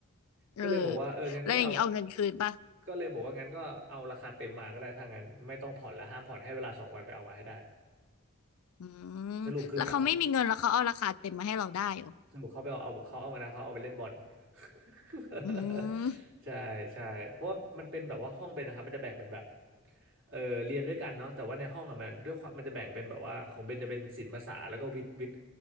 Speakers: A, on the left; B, on the right.
A: เออ
B: ก็เลยบอกว่าเอองั้นก็ไปเอา
A: แล้วอย่างนี้เอาเงินคืนป่ะ
B: ก็เลยบอกว่างั้นก็เอาราคาเต็มมาก็ได้ถ้างั้นไม่ต้องผ่อนละห้ามผ่อนให้เวลาสองวันไปเอามาให้ได้
A: อืมแล้วเขาไม่มีเงินแล้วเขาเอาราคาเต็มมาให้เราได้เหรอ
B: สรุปคือมัน สรุปเขาไปเอาเอาเขาเอาไงนะเขาเอาไปเล่นบอล <laughs>
A: อืม
B: ใช่ใช่เพราะว่ามันเป็นแบบว่าห้องเป็นนะครับมันจะแบ่งเป็นแบบเออเรียนด้วยกันเนาะแต่ว่าในห้องอ่ะมันด้วยความมันจะแบ่งเป็นแบบว่าของเบนจะเป็นศิลป์ภาษาแล้วก็วิทย์วิทย์